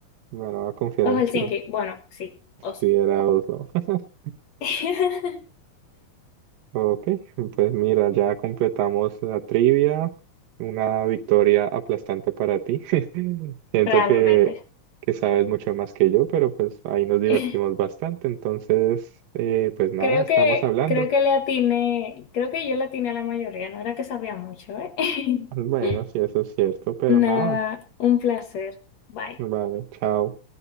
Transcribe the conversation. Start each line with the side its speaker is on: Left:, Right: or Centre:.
Right: Bueno, voy a confiar
Left: O
Right: en
Left: Helsinki.
Right: ti.
Left: Bueno, sí, Oslo.
Right: Si era Oslo. <laughs>
Left: <laughs>
Right: Ok, pues mira, ya completamos la trivia. Una victoria aplastante para ti. <laughs> Siento
Left: Realmente.
Right: que, que sabes mucho más que yo, pero pues ahí nos divertimos
Left: <laughs>
Right: bastante. Entonces, eh, pues nada,
Left: Creo
Right: estamos
Left: que,
Right: hablando.
Left: creo que le atiné, creo que yo le atiné a la mayoría, no era que sabía mucho, ¿eh?
Right: Bueno,
Left: <laughs>
Right: sí, eso es cierto, pero
Left: Nada,
Right: nada.
Left: un placer. Bye.
Right: Vale, chao.